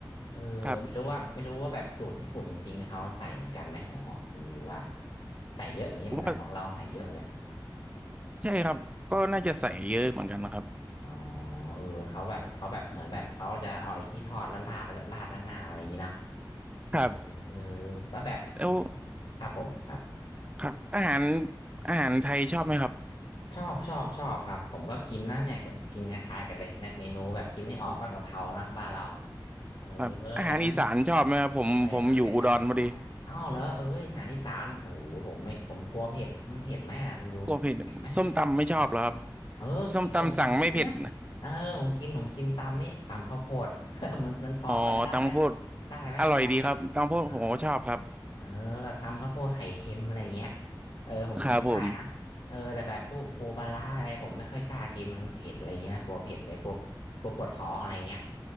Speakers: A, on the left; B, on the right.
A: เออไม่รู้ว่าไม่รู้ว่าแบบสูตรญี่ปุ่นจริงๆเขาใส่เหมือนกันไหมหัวหอมคุณอยู่ว่า
B: ครับ
A: ใส่เยอะอย่างนี้เหมือนกันของเราใส่เยอะเลย
B: ผมว่าใช่ครับก็น่าจะใส่เยอะเหมือนกันนะครับ
A: อ๋อเออเขาแบบเขาแบบ เหมือนแบบเขาจะเอาไอ้ที่ทอดแล้วราดแล้วก็ราดหน้าๆอะไรอย่างนี้เนาะเออเออ
B: ครับ
A: แล้วแบบ
B: แล้ว
A: ครับผมครับ
B: ครับอาหารอาหารไทยชอบไหมครับ
A: ชอบชอบชอบครับผมก็กินนะเนี่ยก็กินคล้ายๆกันเลยเนี่ยเมนูแบบคิดไม่ออกก็กะเพราเนาะบ้านเราเออ
B: ครับอาหารอีสานชอบไหมครับผมผมอยู่อุดรพอดี
A: แต่มันเลยต้มเด็ดใบกะเพราน่ะอ้าวเหรอเอ้ยอาหารอีสานโอ้โหผมไม่ผมกลัวเผ็ดมันเผ็ดไหมอะคุณยูเผ็ดไหมเผ็ดไหม
B: กลัวเผ็ดส้มตำไม่ชอบเหรอครับ
A: เออกินผมผมกินนะเออผมกินผมกินตำนี่ตำข้าวโพด
B: ส้มตำสั่งไม่เผ็ด
A: <laughs> มันมันพอเป็นได้ไหม
B: อ๋อตำข้าวโพด
A: ได้ไหมพอ
B: อร่อยดีครับตำข้าวโพดผมก็ชอบครับ
A: อ่าเออแบบทำข้าวโพดไข่เค็มอะไรอย่างเงี้ยเออผมกินได้นะเออแต่แบบพวกปูปลาร้าอะไรผมไม่ค่อยกล้ากินมันเผ็ดอะไรเงี้ยนะกลัวเผ็ดเลยกลัวกลัวปวดท้องอะไรเงี้ย
B: ครับผม